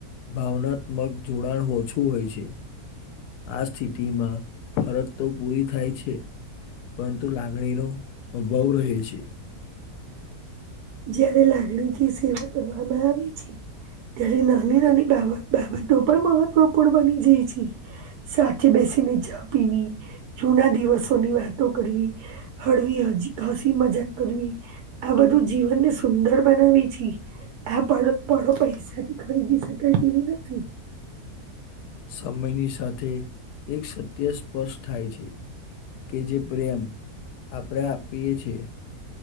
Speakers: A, on the left (about 90°); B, on the right (about 80°).
A: ભાવનાત્મક જોડાણ ઓછું હોય છે. આ સ્થિતિમાં ફરજ તો પૂરી થાય છે. પરંતુ લાગણીનો અભાવ રહે છે.
B: જયારે લાગણી થી સેવા કરવામાં આવી છે ત્યારે નાની નાની બાબ બાબતો પણ મહત્વપૂર્ણ બની જાય છે. સાથે બેસી ને ચા પીવી, જૂના દિવસોની વાતો કરવી. હળવી હજી હસી મજાક કરવી, આ બધું જીવન ને સુંદર બનાવી છી. આ પણ પણો પૈસાથી ખરીદી શકાય તેવી નથી.
A: સમયની સાથે એક સત્ય સ્પર્ષ થાય છે. કે જે પ્રેમ, આપણેે આપીએે છે.